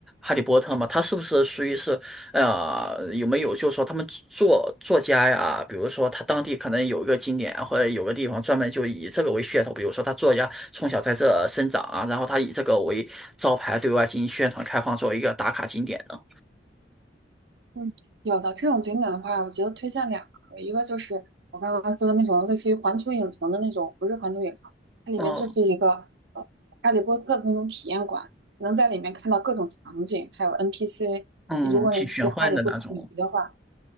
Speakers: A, in the centre; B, on the right.
A: 《哈利波特》吗？它是不是属于是呃，有没有就是说他们作作家呀，比如说他当地可能有一个景点或者有个地方专门就以这个为噱头，比如说他作家从小在这生长啊，然后他以这个为招牌对外进行宣传开放，作为一个打卡景点呢？
B: 嗯，有的这种景点的话，我觉得推荐两个，一个就是我刚刚说的那种类似于环球影城的那种，不是环球影城，它里面就是一个呃哈利波特的那种体验馆，
A: 嗯
B: 能在里面看到各种场景，还有 NPC。
A: 嗯，
B: 如果你是哈利波特迷的话，
A: 挺玄幻的那种